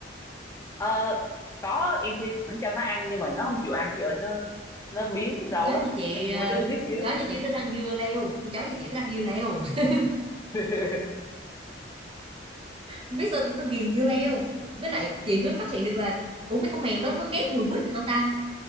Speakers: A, on the left; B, on the right.
A: Ờ, có em thi thoảng cho nó ăn nhưng mà nó không chịu ăn chị ơi nó nó biếng rau
B: con chó
A: lắm
B: nhà chị
A: nó như
B: ờ,
A: mấy đứa con nít vậy
B: con
A: á.
B: chó nhà chị thích ăn dưa leo con chó nhà chị thích ăn dưa leo <laughs>
A: <laughs>
B: Không biết sao nó ghiền dưa leo với lại chị mới phát hiện được là ủa mấy con mèo nó nó ghét mùi quýt hả ta